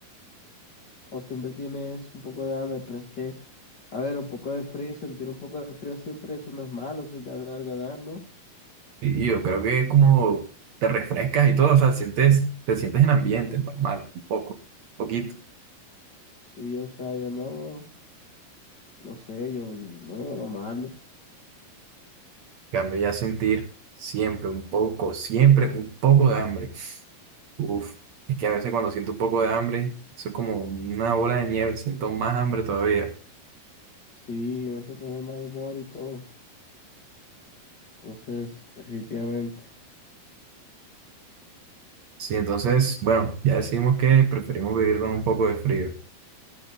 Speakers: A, on the left (about 65°); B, on the right (about 55°).
A: o siempre tienes un poco de hambre, pero es que, a ver, un poco de frío, sentir un poco de frío siempre, eso no es malo, eso es ganar, ganar, ¿no?
B: Y yo creo que es como te refrescas y todo, o sea, sientes, te sientes en ambiente normal, un poco, poquito.
A: Sí, o sea, yo no, no sé, yo, yo no veo lo malo.
B: En cambio ya sentir siempre un poco, siempre un poco de hambre. Uf, es que a veces cuando siento un poco de hambre, eso es como una bola de nieve, siento más hambre todavía.
A: Sí, uno se pone mal humor y todo. Entonces, definitivamente,
B: Sí, entonces, bueno, ya decimos que preferimos vivir con un poco de frío.